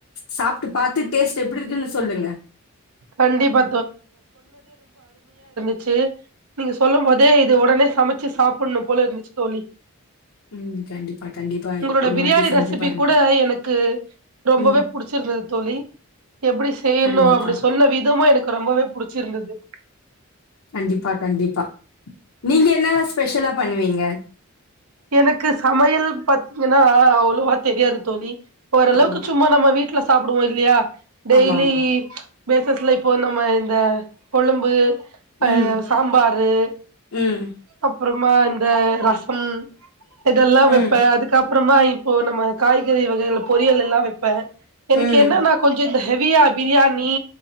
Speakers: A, on the left (about 75°); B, on the right (about 85°).
A: சாப்புட்டு பாத்து டேஸ்ட் எப்பிடி இருக்குன்னு சொல்லுங்க
B: கண்டிப்பா ச்சி நீங்க சொல்லு போதே இது உடனே சமைச்சி சாப்பிடணு போல இருந்துச்சி தோழி
A: ம். கண்டிப்பா, கண்டிப்பா.
B: உங்களோட
A: ஒரு
B: பிரியாணி
A: வாட்டி செஞ்சு
B: ரெசிபி
A: பாருங்க.
B: கூட எனக்கு ரொம்பவே
A: ம்.
B: புடிச்சிருந்தது தோழி எப்பிடி செய்யணு
A: கண்டிப்பா,
B: அப்பிடி சொ விதமும் எனக்கு ரொம்பவே புடிச்சிருந்தது
A: கண்டிப்பா கண்டிப்பா நீங்க என்னால ஸ்பெஷலா பண்ணுவீங்க
B: எனக்கு சமையல் பாத்தீங்கன்னா அவ்வளவா தெரியாது தோழி ஓரளவுக்கு
A: ஓ!
B: சும்மா நம்ம வீட் ட்ல சாப்டுவோ இல்லையா டெய்லி
A: ஆமாமா.
B: பேசஸ்ல இப் போ நம்ம இந் இந்த கொழும்பு அ
A: ம்,
B: சாம்பாரு
A: ம்,
B: அப் அப்புறமா இந்த ரசம் இதெல்லா வெப்ப
A: ம்,
B: அதுக்கப் அப்புறமா இப்போ நம்ம காய்கறி வகைகள பொரியல் எல்லா வெப்ப எனக்கு
A: ம்,
B: என்ன நா கொஞ்சோ இந்த ஹெவியா பிரியாணி